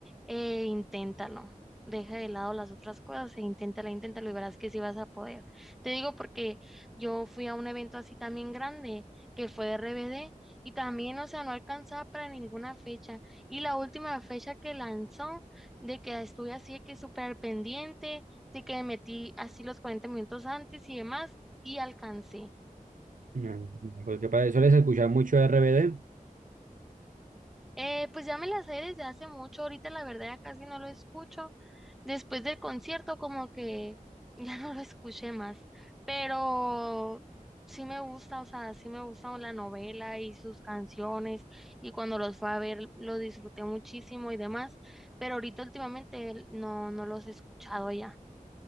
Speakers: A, in the centre; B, on the right (about 65°).
A: e inténtalo, deja de lado las otras cosas e inténtalo, inténtalo y verás que sí vas a poder. Te digo porque yo fui a un evento así también grande que fue RBD y también, o sea, no alcanzaba para ninguna fecha y la última fecha que lanzó de que estuve así de que súper al pendiente Así que me metí así los 40 minutos antes y demás y alcancé.
B: No, no, Porque para- sueles escuchar mucho RBD.
A: Eh, pues ya me la sé desde hace mucho, ahorita la verdad ya casi no lo escucho. Después del concierto como que <laughs> ya no lo escuché más, pero sí me gusta, o sea, sí me gusta la novela y sus canciones y cuando los fue a ver lo disfruté muchísimo y demás, pero ahorita últimamente no, no los he escuchado ya.